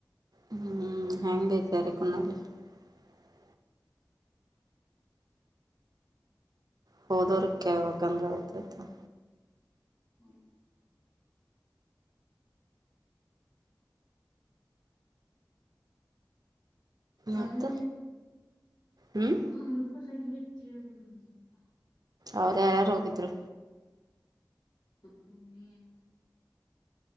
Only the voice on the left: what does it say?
ಹ್ಮ ಹೆಯ್
ಹ ರೋಪಕ್ಕಾಗಿ ಕೇಳ್ಬೋದು ನೋ ಸ್ವಲ್ಪ
ನ